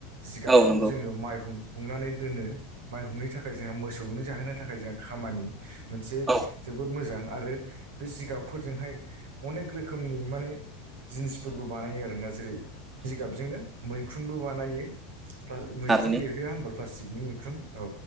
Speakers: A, on the right; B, on the right.
A: जिगाबखौ
B: औ नंगौ
A: जोङो माइ हुं हुंनानै दोनो माइ हुंनो थाखाय जोंहा मोसौनो जाहोनो थाखाय जों खामानि मोनसे
B: औ
A: जोबोद मोजां आरो बे जिगाबफोरजोंहाय अनेक रोखोमनि माने जिनिसफोरबो बानायो आरोना जेरै जिगाबजोंनो मैखुनबो बानायो मैखुन
B: थारैनो
A: बेरहोआ होनोब्ला प्लास्टिकनि मैखुन औ